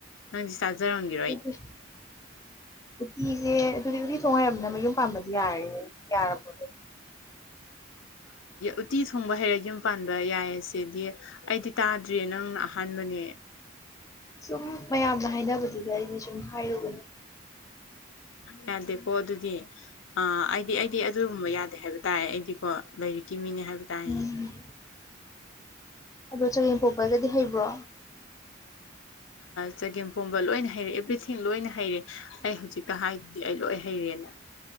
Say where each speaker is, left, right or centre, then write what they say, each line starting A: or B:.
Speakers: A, on the left; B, on the left.
A: ꯍ ꯁꯥꯖꯔ ꯍꯣꯡꯒꯦ
B: ꯑꯗꯨ ꯎꯇꯤꯁꯦ ꯑꯗꯨꯗꯤ ꯎꯇꯤ ꯊꯣꯡ ꯍꯥꯏꯩꯔꯕꯅꯤꯅ ꯃꯌꯨꯝ ꯄꯥꯝꯕꯗꯤ ꯌꯥꯔꯦ ꯌꯥꯔꯕ
A: ꯎꯇꯤ ꯊꯣꯡꯕ ꯍꯩꯔ ꯌꯨꯝ ꯄꯥꯟꯕ ꯌꯥꯏꯌꯦ ꯁꯤꯗꯤ ꯑꯩꯗꯤ ꯇꯥꯗ꯭ꯔꯤꯦ ꯅꯪꯅ ꯑꯍꯥꯟꯕꯅꯦ
B: ꯁꯨꯝ ꯃꯌꯥꯝꯅ ꯍꯥꯏꯅꯕꯗꯨꯗ ꯑꯩꯗꯤ ꯁꯨꯝ ꯍꯥꯏꯔꯨꯕꯅꯤ꯫
A: ꯌꯥꯗꯦꯀꯣ ꯑꯗꯨꯗꯤ꯫ ꯑ ꯑꯩꯗꯤ ꯑꯩꯗꯤ ꯑꯗꯨꯨꯝꯕ ꯌꯥꯗꯦ ꯍꯥꯏꯕ ꯇꯥꯔꯦ ꯑꯩꯗꯤꯀꯣ ꯂꯥꯏꯔꯤꯛꯀꯤ ꯃꯤꯅꯤ ꯍꯥꯏꯕ ꯇꯥꯏꯌꯦ
B: ꯎꯝ ꯑꯗꯣ ꯆꯒꯦꯝ ꯄꯣꯛꯄꯒꯗꯤ ꯍꯩꯕ꯭ꯔꯣ?
A: ꯆꯒꯦꯝ ꯄꯣꯝꯕ ꯂꯣꯏꯅ ꯍꯩꯔꯦ ꯑꯦꯚ꯭ꯔꯤꯊꯤꯡ ꯂꯣꯏꯅ ꯍꯩꯔꯦ ꯑꯩ ꯍꯧꯖꯤꯛꯇ ꯍꯥꯏ ꯑꯩ ꯂꯣꯏ ꯍꯩꯔꯦꯅ